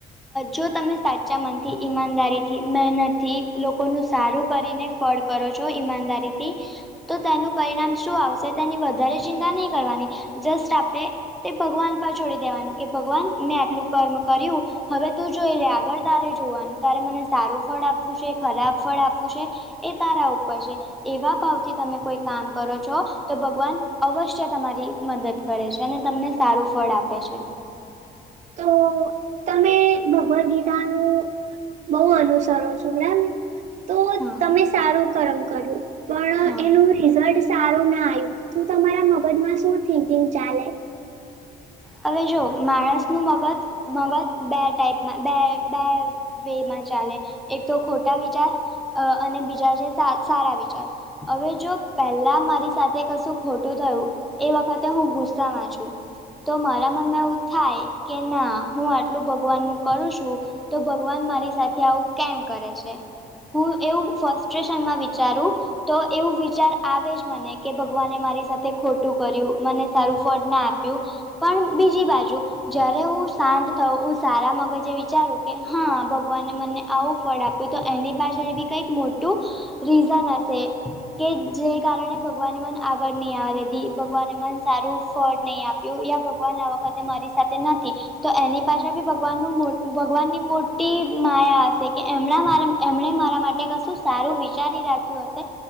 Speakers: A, in the centre; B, on the right.
A: જો તમે સાચા મનથી ઈમાનદારી થી મહેનતથી લોકોનું સારું કરીને ફળ કરો છો ઈમાનદારી તો તેનું પરિળામ શું આવશે તેની વધારે ચિંતા નહી કરવાની જસ્ટ. આપણે તે ભગવાન પર છોડી દેવાનું કે ભગવાન મેં આટલું કર્મ કર્યું. હવે તું જોઈ લે આગળ તારે જોવાનું તારે મને સારું ફળ આપવું છે, ખરાબ ફળ આપવું છે. એ તારા ઉપર છે. એવા ભાવથી તમે કોઈ કામ કરો છો તો ભગવાન અવશ્ય તમારી મદદ કરે છે અને તમને સારું ફળ આપે છે.
B: તો તમે ભગવદ્ ગીતાનું. બહુ અનુસરો છો બરાબર. તો
A: હા
B: તમે સારો કર્મ કર્યો પણ
A: હા
B: એનું રિઝલ્ટ સારું ના આવ્યું તું તમારા મગજમાં શું થિકિંગ ચાલે?
A: હવે જો માણસનું મગજ મગજ બે ટાઈપમાં બે બે વે માં ચાલે એક તો ખોટા વિચાર અ અને બીજા છે સા સારા વિચાર. હવે જો પહેલા મારી સાથે કશું ખોટું થયું એ વખતે હું ગુસ્સામાં છું. તો મારા મનમાં એવું થાય કે ના હું આટલું ભગવાનનું કરું છું. તો ભગવાન મારી સાથે આવું કેમ કરે છે. હું એવું ફસ્ટ્રેશનમાં વિચારું તો એવું વિચાર આવે જ મને કે ભગવાને મારી સાથે ખોટું કર્યું મને સારું ફળ ના આપ પણ બીજી બાજુ જ્યારે હું શાંત થવુ હું સારા મગજે વિચારું કે હા ભગવાનને મને આવું ફળ આપ્યું તો એની પાછળ બી કંઈક મોટું રીઝન હશે. કે જે કારણે ભગવાનને મને આગળ નહી આવે દેતી ભગવાને મન સારું ફળ નઈ આપ્યું. ભગવાન આ વખતે મારી સાથે નથી. તો એની પાછળ ભી ભગવાનનું મો ભગવાનની મોટી માયા હશે કે એમણા મારા એમણે મારા માટે કશું સારું વિચારી રાખ્યું હશે